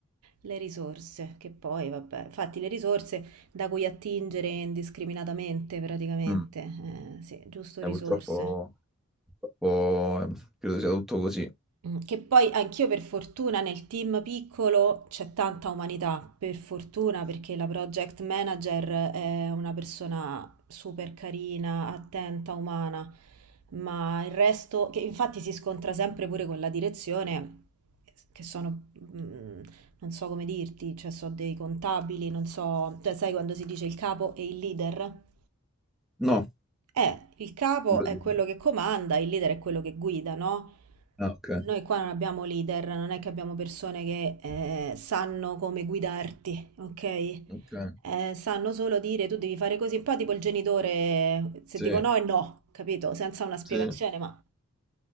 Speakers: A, on the right; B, in the centre.
A: Le risorse, che poi, vabbè, infatti le risorse da cui attingere indiscriminatamente praticamente,
B: Mm.
A: eh, sì, giusto risorse.
B: Eh, purtroppo, purtroppo, eh, credo sia tutto così.
A: Mm, Che poi anch'io per fortuna nel team piccolo c'è tanta umanità, per fortuna perché la project manager è una persona super carina, attenta, umana, ma il resto, che infatti si scontra sempre pure con la direzione, che sono, mm, non so come dirti, cioè so dei contabili, non so, cioè sai quando si dice il capo e il leader?
B: No.
A: Eh, il capo
B: Così.
A: è quello che comanda, il leader è quello che guida, no?
B: Ah, ok.
A: Noi qua non abbiamo leader, non è che abbiamo persone che eh, sanno come guidarti, ok?
B: Ok.
A: Eh, sanno solo dire tu devi fare così, un po' tipo il genitore, se
B: Sì,
A: dico no è no, capito? Senza una spiegazione,
B: sì.
A: ma